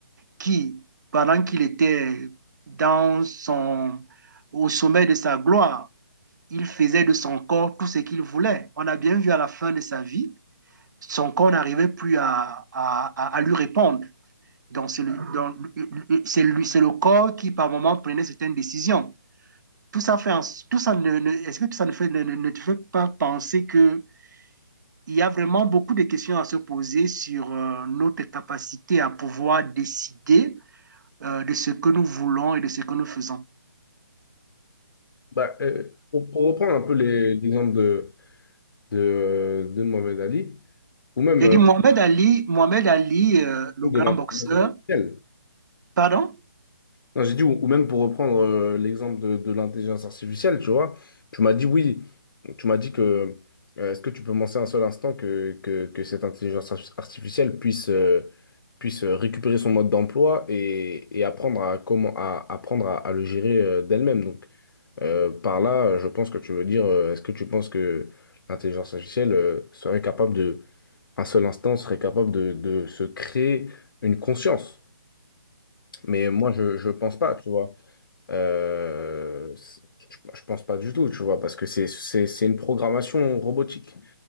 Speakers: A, on the right; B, on the left.
A: qui, pendant qu'il était dans son, au sommet de sa gloire, il faisait de son corps tout ce qu'il voulait. On a bien vu à la fin de sa vie, son corps n'arrivait plus à, à, à lui répondre. Donc, c'est le, donc, c'est le, c'est le corps qui, par moment, prenait certaines décisions. Tout ça fait, tout ça ne, ne- est-ce que tout ça ne, fait, ne, ne- te fait pas penser que il y a vraiment beaucoup de questions à se poser sur euh, notre capacité à pouvoir décider euh, de ce que nous voulons et de ce que nous faisons.
B: ben, euh, pour, pour reprendre un peu les- l'exemple de, de, de Mohamed Ali, ou même
A: J'ai
B: euh,
A: dit Mohamed Ali, Mohamed Ali, euh, le
B: de
A: grand
B: l'intelligence
A: boxeur,
B: artificielle.
A: pardon?
B: Non, j'ai dit, ou, ou même pour reprendre euh, l'exemple de, de l'intelligence artificielle, tu vois, tu m'as dit oui, tu m'as dit que, euh, est-ce que tu peux penser un seul instant que, que, que cette intelligence ar- artificielle puisse, euh, puisse euh, récupérer son mode d'emploi et, et apprendre à, comment, à, apprendre à, à le gérer euh, d'elle-même. donc. Euh, par là, je pense que tu veux dire, euh, est-ce que tu penses que l'intelligence artificielle euh, serait capable de, un seul instant, serait capable de, de se créer une conscience? Mais moi, je ne pense pas, tu vois. Euh, c'est- je, je pense pas du tout, tu vois, parce que c'est c'est- c'est une programmation robotique.